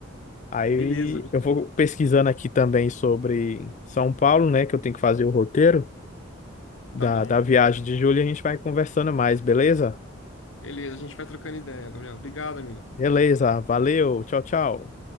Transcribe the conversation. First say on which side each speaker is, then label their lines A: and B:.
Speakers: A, on the left; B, on the left.
A: Aí
B: Beleza.
A: eu vou pesquisando aqui também sobre São Paulo, né? Que eu tenho que fazer o roteiro da,
B: Tá bom.
A: da viagem de julho e a gente vai conversando mais, beleza?
B: Beleza, a gente vai trocando ideia, Gabriel. Obrigado, amigo.
A: Beleza, valeu, tchau, tchau.